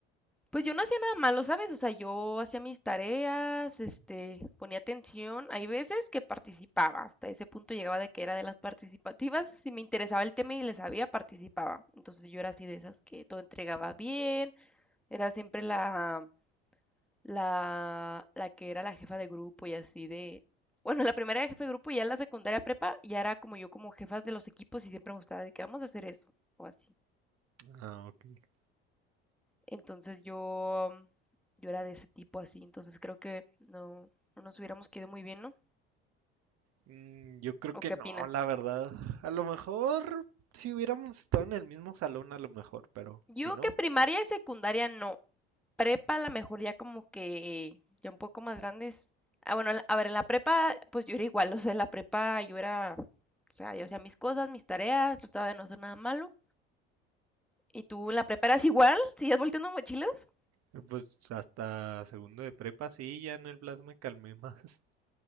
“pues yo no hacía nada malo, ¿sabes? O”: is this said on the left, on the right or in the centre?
Centre